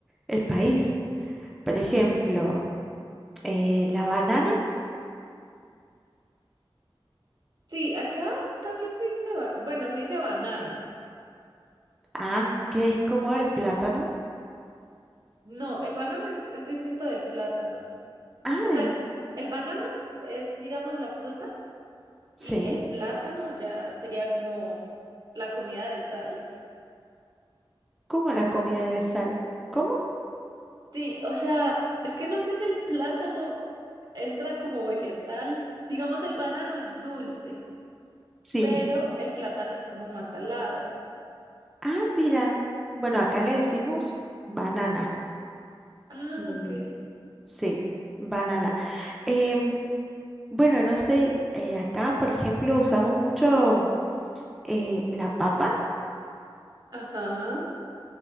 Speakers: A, in the centre; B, on the right.
A: el país. Por ejemplo, eh, la banana,
B: Sí, acá también se dice, ba- bueno, se dice banano.
A: ah, que es como el plátano.
B: No, el banano es, es distinto del plátano.
A: Ay,
B: O sea, el banano es, digamos, la fruta
A: sí.
B: y el plátano ya sería como la comida de sal.
A: ¿Cómo la comida de sal? ¿Cómo?
B: Sí, o sea, es que no sé si el plátano entra como vegetal. Digamos, el banano es dulce,
A: Sí.
B: pero el plátano es como más salado.
A: Ah, mira. Bueno, acá le decimos banana.
B: Ah,
A: Mm,
B: ok.
A: sí, banana. Em, bueno, no sé, eh, acá, por ejemplo, usamos mucho eh, la papa.
B: Ajá.